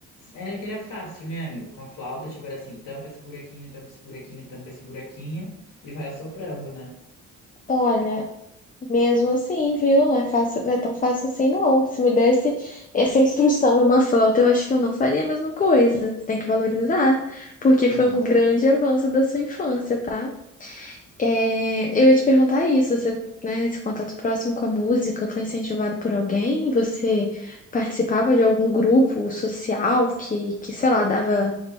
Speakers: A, on the left (about 75°); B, on the left (about 25°).
A: Era que era fácil, né, amiga? Com a flauta, tipo, era assim, tampa esse buraquinho, tampa esse buraquinho, tampa esse buraquinho, e vai assoprando, né?
B: Olha, mesmo assim, viu? Não é fácil, não é tão fácil assim, não. Se me desse essa instrução e uma flauta, eu acho que eu não faria a mesma coisa. Você tem que valorizar, porque
A: Ah.
B: foi um grande avanço da sua infância, tá? É, eu ia te perguntar isso, você, né, esse contato próximo com a música foi incentivado por alguém? Você participava de algum grupo social que, que sei lá, dava,